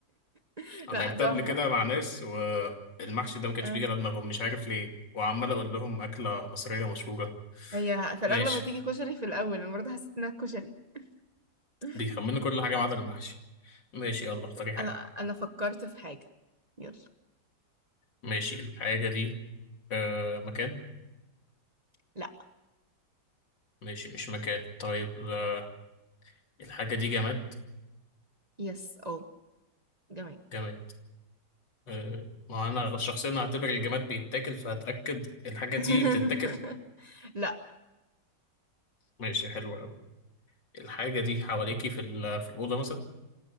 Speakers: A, on the right; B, on the left.
A: <laughs>
B: أنا
A: لا
B: لعبتها
A: تحفه
B: قبل كده مع ناس والمحشي ده ما كانش
A: آه.
B: بيجي على دماغهم مش عارف ليه وعمال أقول لهم أكلة مصرية مشهورة
A: هي في الأغلب
B: ماشي
A: هتيجي كشري في الأول أنا برضه حسيت إنها كشري <laughs>
B: بيخمنوا كل حاجة ما عدا المحشي ماشي يلا اختاري حاجة
A: أنا أنا فكرت في حاجة يلا
B: ماشي الحاجة دي أه مكان
A: لا
B: ماشي مش مكان طيب آه، الحاجة دي جماد
A: يس أو جميل
B: جماد آه، ما انا شخصيا هعتبر الجماد بيتاكل فهتاكد الحاجه دي
A: <laughs>
B: بتتاكل
A: لا
B: ماشي حلوه قوي الحاجه دي حواليكي في ال- في الاوضه مثلا